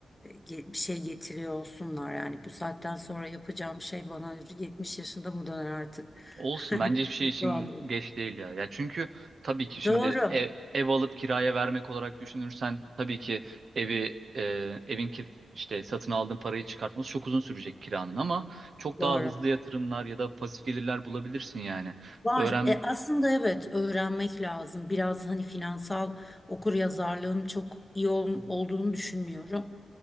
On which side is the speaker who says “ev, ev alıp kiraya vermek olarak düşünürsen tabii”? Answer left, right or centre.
Right